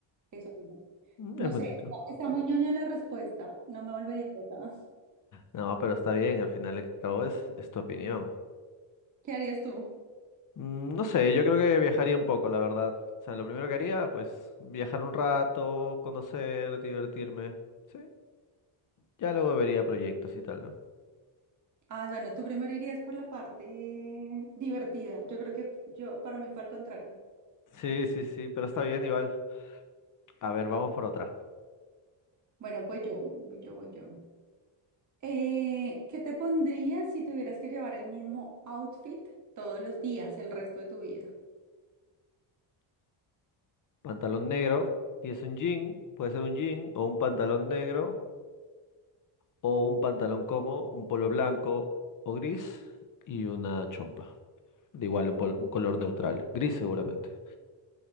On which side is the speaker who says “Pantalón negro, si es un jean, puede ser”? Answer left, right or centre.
Left